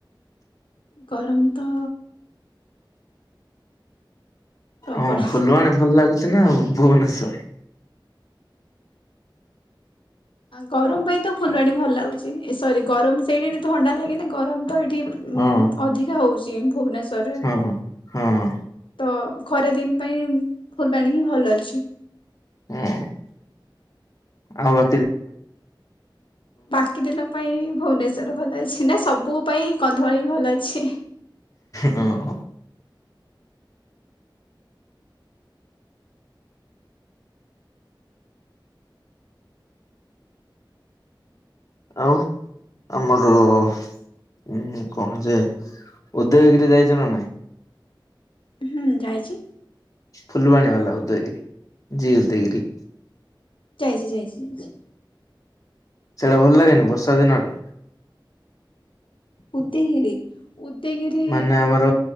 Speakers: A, on the left; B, on the left.
A: ଗରମ ତ ପ୍ରବଳ।
B: ହଁ ଫୁଲବାଣୀ ଭଲ ଲାଗୁଚି ନା ଭୁବନେଶ୍ୱର
A: ଗରମ ପାଇଁ ତ ଫୁଲବାଣୀ ଭଲ ଲାଗୁଛି ଏ ସରି ଗରମ ସେଇଠି ଟି ଥଣ୍ଡା ଲାଗେନା ଗରମ ତ ଏଇଠି
B: ହଁ
A: ଅଧିକା ହଉଚି। ଭୁବନେଶ୍ଵରରେ
B: ହଁ ହଁ।
A: ତ ଖରା ଦିନ ପାଇଁ ଫୁଲବାଣୀ ହିଁ ଭଲ ଅଛି।
B: ହୁଁ ଆଉ ବା
A: ବାକି ଦିନ ପାଇଁ ଭୁବନେଶ୍ଵ ତାର ଭଲ ଅଛି ନା ସବୁ ପାଇଁ କନ୍ଧମାଳ ବି ଭଲ ଅଛି।
B: ଅ ହଁ। ଆଉ ଆମର ହୁଁ କଣ ଯେ ଉଦୟଗିରି ଯାଇଚ ନା ନାଇଁ?
A: ହୁଁ ଯାଇଚି।
B: ଫୁଲବାଣୀ ବାଲା ଉଦୟଗିରି ଜୀ ଉଦୟଗିରି।
A: ଯାଇଚି ଯାଇଚି ଯାଇଚି।
B: ସେଇଟା ଭଲ ଲାଗେନି ବର୍ଷା ଦିନରେ?
A: ଉଦୟଗିରି? ଉଦୟଗିରି
B: ମାନେ ଆମର